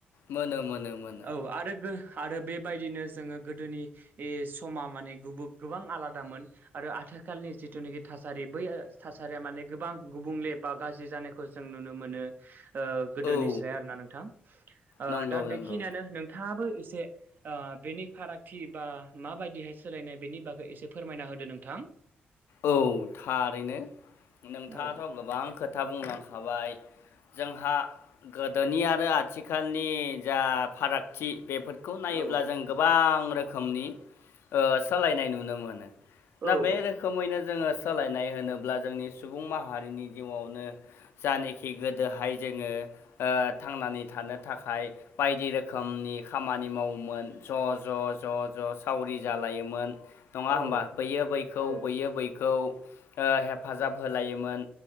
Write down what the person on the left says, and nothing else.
मोनो मोनो मोनो
औ
नंगौ
नंगौ
औ थारैनो नोंथाङाथ'
गोबां खोथा बुंलांखाबाय जोंहा गोदोनि आरो आथिखालनि जा फारागथि बेफोर खौ नायोब्ला
जों गोबां रोखोमनि ओ सोलायनाय नुनो मोनो। दा
बे रोखोमैनो जोङो सोलायनाय होनोब्ला जोंनि सुबुं माहारिनि जिउआवनो जानेखि गोदोहाय जोङो ओ थांनानै थानो थाखाय बायदि रोखोमनि खामानि मावोमोन ज' ज' ज' ज' सावरि जालायोमोन नङा
होमबा बैयो बैखौ
बैयो बैखौ ओ हेफाजाब होलायोमोन